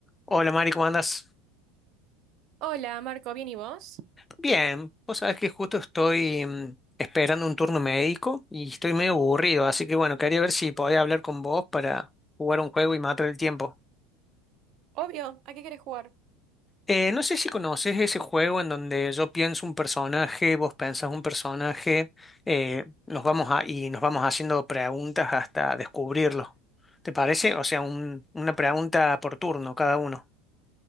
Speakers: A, on the left; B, on the right.
A: Hola Mari, ¿cómo andas?
B: Hola, Marco, ¿bien y vos?
A: Bien, vos sabés que justo estoy mm, esperando un turno médico y estoy medio aburrido, así que bueno, quería ver si podía hablar con vos para jugar un juego y matar el tiempo.
B: Obvio, ¿a qué querés jugar?
A: Eh, no sé si conoces ese juego en donde yo pienso un personaje, vos pensás un personaje, eh, nos vamos a, y nos vamos haciendo preguntas hasta descubrirlo. ¿Te parece? O sea, un- una pregunta por turno cada uno.